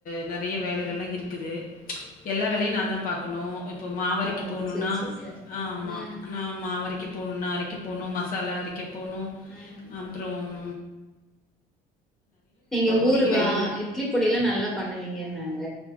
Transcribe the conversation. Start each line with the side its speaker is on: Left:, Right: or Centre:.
Left: ந <unintelligible> நெறைய வேலைகள்லா
Centre: ஆ
Left: இருக் க்குது ம்ச் எல்லா வேலையு
Centre: ஆ
Left: நா தா பாக்கணு இப்போ மாவரைக்க
Centre: ஓ
Left: போணுன்னா
Centre: சேரி சேரி சேரி
Left: ஆமா
Centre: ம்
Left: நா மாவரைக் க்கே போனுன்னா அரைக்க போணு மசாலா அரைக்கப் போனு
Centre: ம்
Left: அப்றோம்
Centre: நீங்க ஊருகா
Left: ஒர்க் வெளில
Centre: இட்லி பொடில்லா நல்லா பண்ணுவீங்கனாங்க